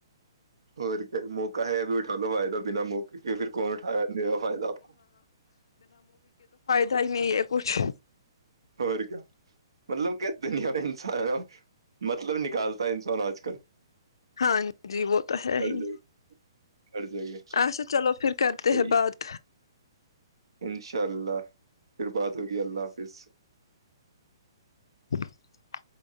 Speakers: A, on the right; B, on the left.
A: اور کیا موقع ہےب اٹھا لو فائدہ بنا موقعے کے پھر کون اٹھایا فائدہ آپ کو
B: تائی میں یہ پوچھ
A: ہو کیا مطلب کہ دنیا میں انسان ہے مطلب نکالتا ہے انسان آج کل
B: ہاں جی وہ تو ہے
A: ہر
B: ہی
A: جگہ ہر جگہ
B: اچھا چلو پھر کرتے
A: صحیح
B: ہیں بات
A: انشاء اللہ پھر بات ہوگی اللہ حافظ سے
B: <unintelligible>